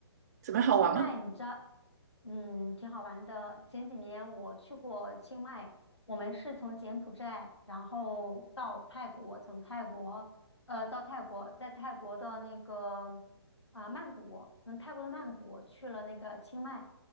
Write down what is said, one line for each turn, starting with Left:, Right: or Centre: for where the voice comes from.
Right: 怎么样好玩吗？
Left: 清迈，你知道，嗯，挺好玩的。前几年我去过清迈，我们是从柬埔寨，然后到泰国，从泰国，呃，到泰国，在泰国的那个啊、曼谷，从泰国的曼谷去了那个清迈，